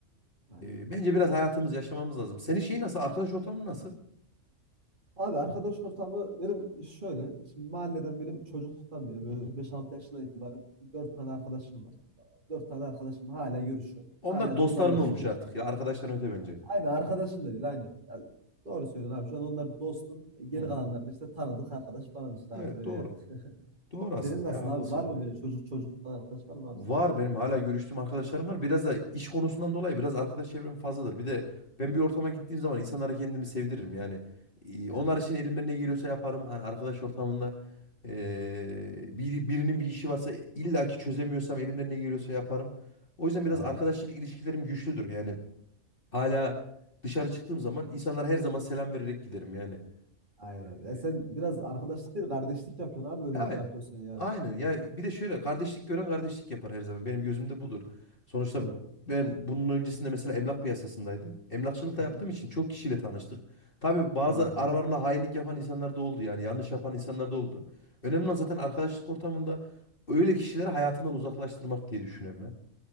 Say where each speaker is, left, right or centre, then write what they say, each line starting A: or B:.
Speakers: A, on the right; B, on the left.
A: Aynen.
B: e, bence biraz hayatımızı yaşamamız lazım. Senin şeyi nasıl? Arkadaş ortamın nasıl?
A: Abi arkadaş ortamı benim şöyle şimdi mahalleden benim çocukluktan beri böyle
B: Hı hı.
A: 5-6 yaşından itibaren 4 tane arkadaşım var. Dört tane arkadaşım hala görüşüyorum.
B: Onlar
A: Hala
B: dostların
A: da onlarla çıkıyoruz.
B: olmuş artık ya. Arkadaşların öte bence.
A: Aynen arkadaşım da değil aynen. Ya, doğru söylüyorsun abi. Şu an onlar dostum. E, Geri
B: Hı hı.
A: kalanlar da işte tanıdık arkadaş falan işte
B: Evet
A: abi öyle
B: doğru.
A: yani.
B: Doğru
A: Senin
B: aslında
A: nasıl
B: ya haklısın.
A: abi? Var mı böyle çocuk çocuktan arkadaş var mı abi
B: Var
A: senin?
B: benim hala görüştüğüm arkadaşlarım var. Biraz da iş konusundan dolayı biraz arkadaş çevrem fazladır. Bir de ben bir ortama gittiğim zaman insanlara kendimi sevdiririm. Yani e,
A: He,
B: onlar için elimden ne geliyorsa yaparım. Hani arkadaş ortamında e, bir, birinin bir işi varsa illaki çözemiyorsam elimden ne geliyorsa yaparım. O yüzden biraz
A: aynen.
B: arkadaşlık ilişkilerim güçlüdür. Yani hala dışarı çıktığım zaman insanlara her zaman selam vererek giderim yani.
A: Aynen.
B: E, e,
A: Ya sen biraz arkadaşlık değil kardeşlik yapıyorsun abi öyle
B: Aynen.
A: yapıyorsun yani.
B: Aynen ya bir de şöyle kardeşlik gören kardeşlik yapar her zaman. Benim gözümde budur. Sonuçta
A: Doğru.
B: ben bunun öncesinde mesela emlak piyasasındaydım. Emlakçılıkla
A: Hı hı.
B: yaptığım için çok kişiyle tanıştık. Tabii bazı
A: Doğru doğru.
B: aralarında hainlik yapan insanlar da oldu yani yanlış yapan insanlar da oldu. Önemli olan zaten arkadaşlık ortamında öyle kişileri hayatından uzaklaştırmak diye düşünüyorum ya.